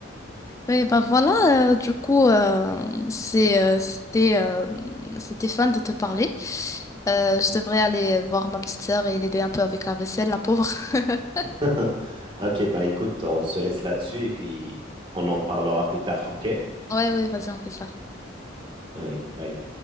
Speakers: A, on the left (about 15°); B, on the right (about 25°).
A: Oui, bah voilà, euh, du coup, euh, c'est, euh, c'était, euh, c'était fun de te parler. Euh, je devrais aller voir ma petite sœur et l'aider un peu avec la vaisselle, la pauvre. <laughs>
B: <laughs> Ok, bah écoute, on se laisse là-dessus et puis on en parlera plus tard, ok?
A: Ouais, ouais, vas-y, on fait ça.
B: Allez, bye.